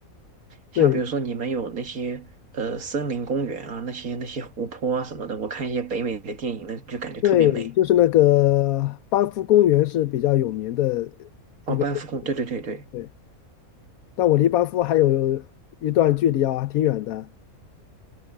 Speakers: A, on the right; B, on the left.
A: 像比如说你们有那些呃森林公园啊，
B: 对
A: 那些那些湖泊啊什么的，我看一些北美的电影那就感觉特别美。
B: 对，就是那个班夫公园是比较有名的
A: 哦，
B: 一个
A: 班夫公，对对对对，
B: 对，但我离班夫还有一段距离啊，挺远的。